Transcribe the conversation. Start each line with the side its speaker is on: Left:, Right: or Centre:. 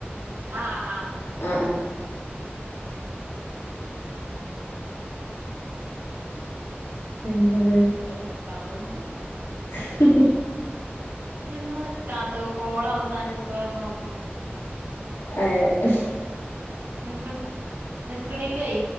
Right: ആഹ് ആഹ്
Left: ആഹ് ആഹ് എന്ത്ത്
Right: അയ് നിക്കാത്തു
Left: <unintelligible>
Right: ഈ എന്ന നിക്കാത്തു കോളവസാനിപ്പിക്കുന്ന് പറഞ്ഞ് നോക്കുമ്പോ
Left: എഹ്
Right: നിക്ക്ൺ നിക്ക്ണ്ല്ലെയ്